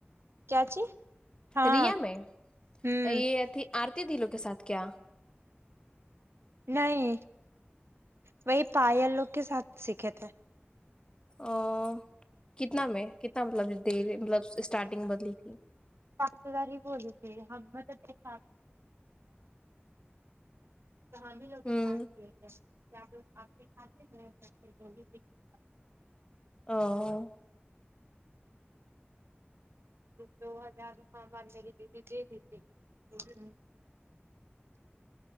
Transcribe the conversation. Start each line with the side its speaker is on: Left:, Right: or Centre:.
Right: کیا چی ہاں
Left: ریا میں
Right: ہوں
Left: یے تھی آرتی دلو کے ساتھ کیا
Right: نہیں وہی پیل لوگ کے ساتھ سیکھے تھے
Left: آ کتنا میں کتنا مطلب دیگے مطلب اسٹارٹنگ بدلی تھی
Right: سات ہزار ہی بولی تھی ہم <unintelligible> تو ہم ہی لوگ
Left: ہوں
Right: ساتھ گے تھے <unintelligible>
Left: او
Right: دو ہزار روپے بدنے میری دیدی دے دی تھی <unintelligible>